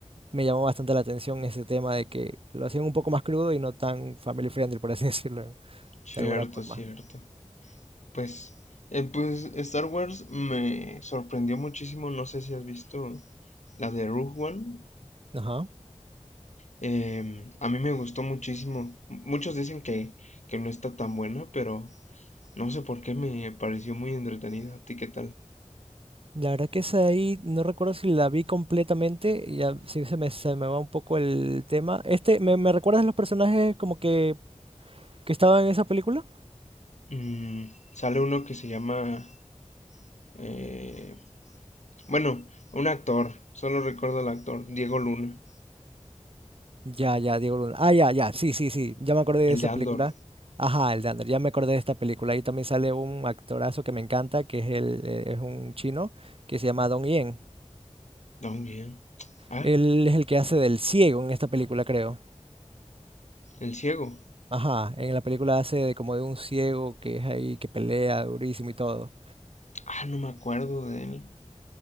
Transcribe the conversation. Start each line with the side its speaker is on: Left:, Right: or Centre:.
Right: me llamó bastante la atención ese tema de que lo hacían un poco más crudo y no tan family friendly, por así <laughs> decirlo,
Left: cierto,
Right: de alguna forma.
Left: cierto. Pues, eh, pues Star Wars me sorprendió muchísimo, no sé si has visto la de Rogue One.
Right: Ajá.
Left: Em, a mí me gustó muchísimo. Muchos dicen que, que no está tan buena, pero no sé por qué me pareció muy entretenida. ¿A ti qué tal?
Right: La verdad que esa de ahí, no recuerdo si la vi completamente, ya sí se me, se me va un poco el tema. Este, ¿me, me recuerdas los personajes como que, que estaban en esa película?
Left: Mm, sale uno que se llama... eh, bueno, un actor. Solo recuerdo al actor. Diego Luna.
Right: Ya, ya, Diego Luna. Ah, ya, ya, sí, sí, sí, ya me acordé de
Left: El
Right: esa
Left: de Andor.
Right: película. Ajá, el Dander, ya me acordé de esta película. Ahí también sale un actorazo que me encanta, que es, el, eh, es un chino, que se llama Dong Yen.
Left: También. Ah,
Right: Él es el que hace del ciego en esta película, creo.
Left: el ciego.
Right: Ajá, en la película hace de como de un ciego que es ahí, que pelea durísimo y todo.
Left: Ah, no me acuerdo de él.